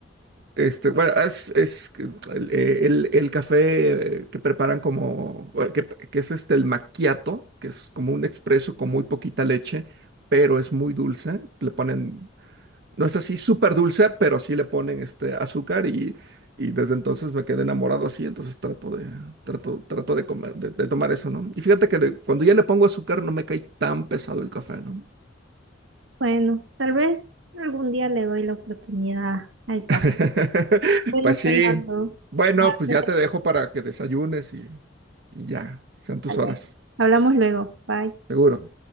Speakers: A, on the right; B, on the right.
A: este, bueno, es, es que mm, el, eh, el- el café eh, que preparan como, eh, que, que es este, el macchiato, que es como un expreso con muy poquita leche, pero es muy dulce, le ponen no es así súper dulce, pero sí le ponen este azúcar y, y desde entonces me quedé enamorado así, entonces trato de, trato, trato de comer, de, de tomar eso, ¿no? Y fíjate que le- cuando ya le pongo azúcar no me cae tan pesado el café, ¿no?
B: Bueno, tal vez algún día le doy la oportunidad al café.
A: <laughs>
B: Bueno,
A: Pues sí.
B: Fernando,
A: Bueno,
B: ya
A: pues
B: me
A: ya
B: tengo
A: te dejo para que desayunes y, y ya, sean
B: que
A: tus
B: salir.
A: horas,
B: Hablamos luego. Bye.
A: seguro.